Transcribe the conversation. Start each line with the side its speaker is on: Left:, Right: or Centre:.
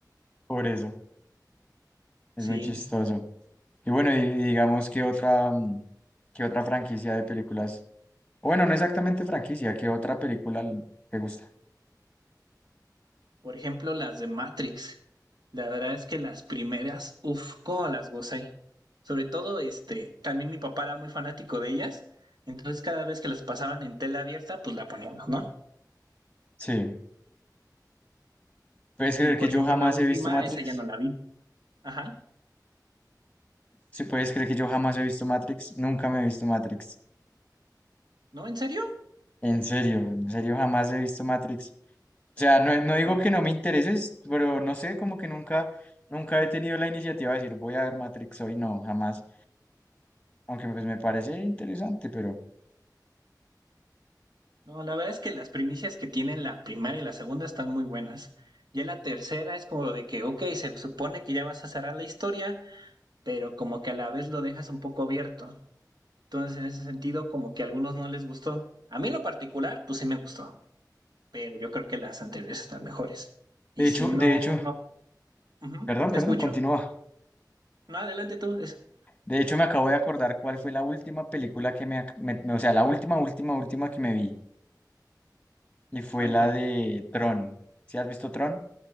Left: Por eso, es
Right: Sí,
Left: muy chistoso. Y bueno, y y digamos que otra, mm, qué otra franquicia de películas, o bueno, no exactamente franquicia, ¿qué otra película l- te gusta?
Right: Por ejemplo, las de Matrix. La verdad es que las primeras, uff, cómo las gocé. Sobre todo, este, también mi papá era muy fanático de ellas. Entonces, cada vez que las pasaban en tela abierta, pues la poníamos, ¿no?
Left: Sí, ¿puedes creer
Right: Y por
Left: que yo
Right: ejemplo,
Left: jamás
Right: la última,
Left: he visto Matrix?
Right: esa ya no la vi. Ajá.
Left: Sí, ¿puedes creer que yo jamás he visto Matrix? Nunca me he visto Matrix.
Right: ¿No? ¿En serio?
Left: En serio, en serio, jamás he visto Matrix. O sea, no, no digo
Right: No.
Left: que no me intereses, pero no sé, como que nunca, nunca he tenido la iniciativa de decir, voy a ver Matrix hoy, no, jamás. Aunque pues me parece interesante, pero
Right: No, la verdad es que las primicias que tienen la primera y la segunda están muy buenas. Ya la tercera es como de que, ok, se supone que ya vas a cerrar la historia, pero como que a la vez lo dejas un poco abierto. Entonces, en ese sentido, como que a algunos no les gustó. A mí en lo particular, pues sí me gustó, pero yo creo que las anteriores están mejores. Y
Left: de hecho,
Right: si no,
Left: de hecho,
Right: no, Ujú,
Left: perdón,
Right: te
Left: perdón,
Right: escucho.
Left: continúa.
Right: No, adelante tú. es-
Left: De hecho, me acabo de acordar cuál fue la última película que me, ac- me- me- o sea, la última, última, última que me vi, y fue
Right: ¿Cuál
Left: la
Right: fue?
Left: de Tron. ¿Sí has visto Tron?